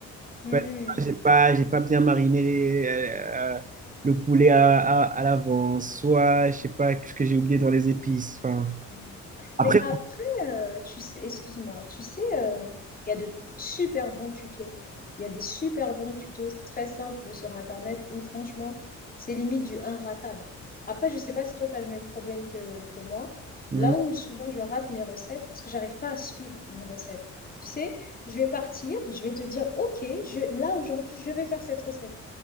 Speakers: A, on the left (about 30°); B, on the right (about 25°).
A: Mm.
B: Enfin, j'ai pas, j'ai pas bien mariné euh, euh, le poulet à, à, à l'avance, soit je sais pas ce que j'ai oublié dans les épices. Enfin,
A: Mm.
B: après,
A: Mais après, euh, tu sais, excuse-moi, tu sais, euh, il y a de super bons tutos. Il y a des super bons tutos très simples sur Internet où franchement, c'est limite du un ratable. Après, je sais pas si toi, tu as le même problème que, que moi.
B: Mhm.
A: Là où souvent je rate mes recettes, parce que j'arrive pas à suivre une recette. Tu sais, je vais partir, je vais te dire, OK, je, là aujourd'hui, je vais faire cette recette.